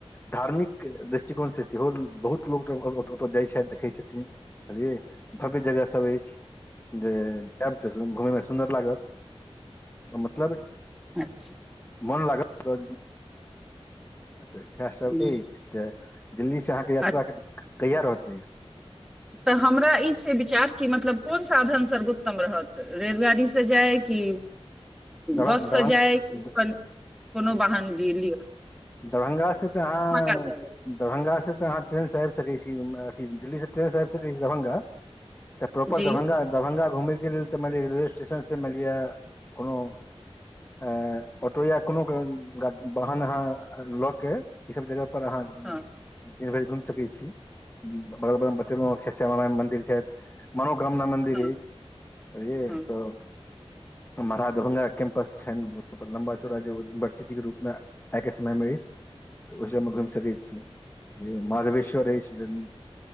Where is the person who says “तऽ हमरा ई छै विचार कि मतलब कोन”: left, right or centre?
Centre